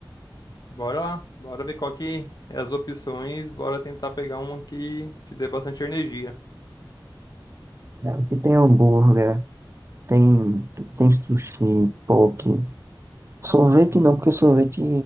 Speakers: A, on the left (about 50°); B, on the right (about 35°).
A: bora lá, bora ver qual que é as opções, bora tentar pegar uma que te dê bastante energia.
B: Aqui tem hambúrguer, tem, tem sushi, poke. Sorvete não, porque sorvete